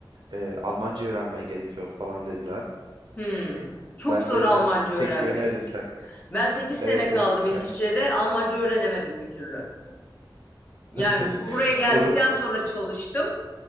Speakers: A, on the right (about 60°); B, on the left (about 20°).
A: Eee, Almanca öğrenmen gerekiyor falan dediler.
B: hmm. Çok
A: Ben
B: zor
A: de
B: Almanca
A: tam
B: öğrenmek.
A: pek güvenemedim kendime.
B: Ben 8 sene
A: Evet
B: kaldım
A: evet kendim.
B: İsviçre'de. Almanca öğrenemedim bir türlü. Yani
A: <laughs>
B: buraya geldikten
A: Oru...
B: sonra çalıştım.